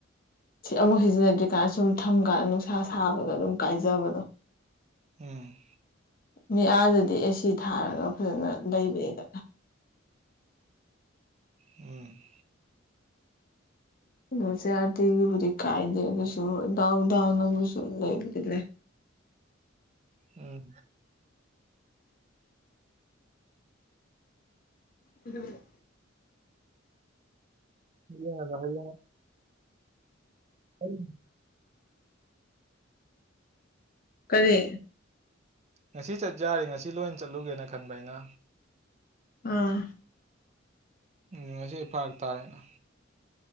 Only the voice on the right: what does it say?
ꯎꯝ
ꯎꯝ
ꯎꯝ
<unintelligible> ꯑꯩ
ꯉꯁꯤ ꯆꯠ ꯌꯥꯔꯦ ꯉꯁꯤ ꯂꯣꯏ ꯆꯠꯂꯨꯒꯦꯅ ꯈꯟꯕ ꯑꯩꯅ
ꯎ ꯉꯁꯤ ꯑꯩ ꯐꯔꯛ ꯇꯥꯔꯦꯅ